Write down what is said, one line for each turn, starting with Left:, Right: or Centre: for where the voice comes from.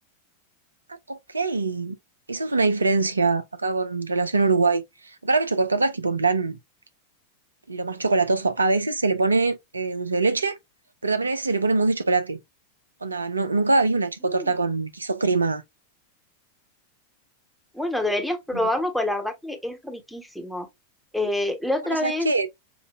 Right: Ah, ok. Esa es una diferencia acá con relación a Uruguay. Acá la que chocotorta es tipo en plan lo más chocolatoso. A veces se le pone eh, dulce de leche, pero también a veces se le pone mousse de chocolate. Onda, no, nunca vi una chocotorta
Centre: Mm.
Right: con queso crema.
Centre: Bueno, deberías probarlo,
Right: Me pare-
Centre: pues la verdad que es riquísimo. Eh, la otra
Right: Bueno, ¿sabes
Centre: vez,
Right: qué?